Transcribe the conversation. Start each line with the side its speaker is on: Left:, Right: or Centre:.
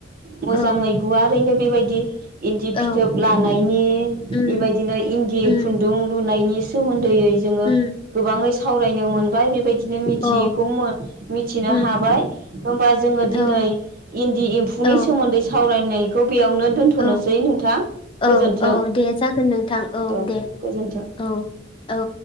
Right: मोजाङै
Left: औ
Right: गुवारैनो बेबायदि इन्दि
Left: औ
Right: फिथोब लाना नै
Left: उम
Right: बेबायदिनो इन्दि
Left: उम
Right: खुन्दुं लु नायनि सोमो दै जोङो
Left: उम
Right: गोबाङै सावरायनो मोन नबाय बेबायदिनो मि मिथियिखौ
Left: औ
Right: मो मिथिनो
Left: उम
Right: हाबाय होमबा जोङो
Left: औ
Right: दिनै इन्दि एम्फौनि
Left: औ
Right: सोमोन्दै सावरायनाय बेयावनो दोन्थ'नोसै
Left: औ
Right: नोंथां गोजोन्थों
Left: औ औ दे जागोन नोंथां
Right: औ
Left: दे
Right: गोजोन्थों।
Left: औ औ